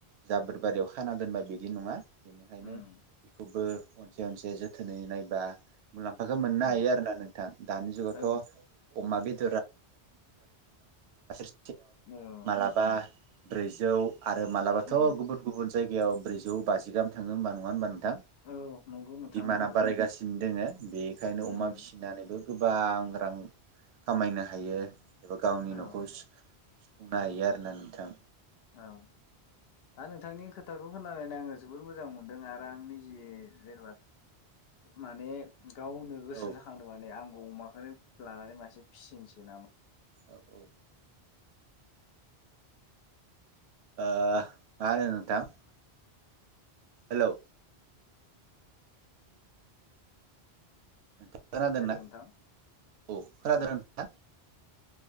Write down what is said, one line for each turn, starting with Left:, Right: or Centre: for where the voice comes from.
Right: जाबोरबारियाव खाना दोनबा बिदि नङा बेनिखायनो
Left: उम
Right: बेखौबो अनसे अनसे जोथोनै नायबा मुलाम्फाखौ मोननो
Left: उम
Right: हायो आरोना नोंथां दानि जुगावथ'
Left: औ
Right: अमा बेद <unintelligible>
Left: ओम
Right: साबा ब्रैजौ आरो मालाबाथ'
Left: उम
Right: गुबुन गुबुन जायग जायाव ब्रैजौ बाजि गाहाम थाङो होमबा नङा होमबा नोंथां
Left: औ नंगौ नोंथां
Right: दिमाना
Left: नंगौ
Right: बारायगासिनो दोङो बेखायनो
Left: उम
Right: अमा फिसिनानैबो गोबां रां खामायनो हायो एबा गावनि
Left: औ
Right: न'खर सुफुंनो हयो आरोना नोंथां
Left: औ आं नोंथांनि खोथाखौ खोननानै आङो जोबोद मोजां मोनदों आरो आं निजे जेनेबा माने गावनो गोसो
Right: औ औ
Left: जाखांदों माने आं अमाखौनो लानानै मासे फिसिनोसै नामा
Right: औ औ ओ मा होनो नोंथां? हेलौ नोंथाङा खोनादोंना
Left: हेल' नोंथां
Right: औ खोनादों नोंथाङा?